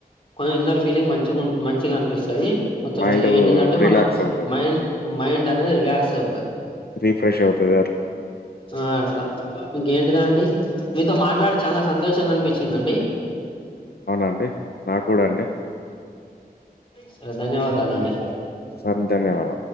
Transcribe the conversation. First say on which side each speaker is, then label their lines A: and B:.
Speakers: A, on the left; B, on the left.
A: కొ ఇన్నర్ ఫీలింగ్ మంచి గు మంచిగా అనిపిస్తది మొత్తం
B: మైండ్
A: ఏంటిది అంటే
B: రిలాక్స్
A: మన
B: అవుతది
A: మై మైండ్ అనేది రిలేక్స్ అ
B: రిఫ్రెష్ అవుతద
A: ఆ అట్లా ఇంకెంటి అండి మీతో మాట్లాడి చాలా సంతోషంగా అనిపించిందండి
B: అవునా అండి? నాకు కూడా అండి.
A: సరే ధన్యవాదాలు అండి
B: అంతే నీవళ